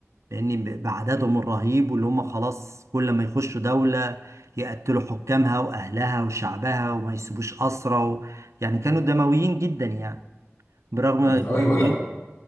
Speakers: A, on the right; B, on the left.
A: لأن ب- بعددهم الرهيب واللي هم خلاص كل ما يخشوا دولة يقتلوا حكامها وأهلها وشعبها وما يسيبوش أسرى و... يعني كانوا دمويين جدا يعني برغم
B: مم.
A: برغم
B: ايوه لا